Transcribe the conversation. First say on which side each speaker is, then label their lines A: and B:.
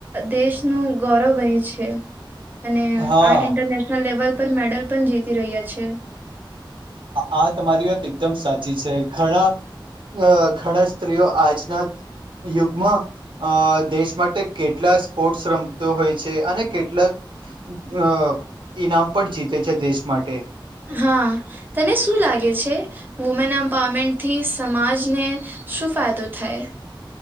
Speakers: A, on the right; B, on the right.
A: દેશનું ગૌરવ બની છે, અને
B: હા
A: આ ઇન્ટરનેશનલ લેવલ પર મેડલ પણ જીતી રહ્યા છે,
B: આ તમારી વાત એકદમ સાચી છે, ઘણા અ ઘણા સ્ત્રીઓ આજના યુગમાં અ દેશ માટે કેટલા સ્પોર્ટ્સ રમતો હોય છે, અને કેટલાક અ ઈનામ પણ જીતે છે, દેશ માટે
A: હા, તને શું લાગે છે વુમેન એમ્પાવરમેન્ટથી સમાજને શું ફાયદો થાય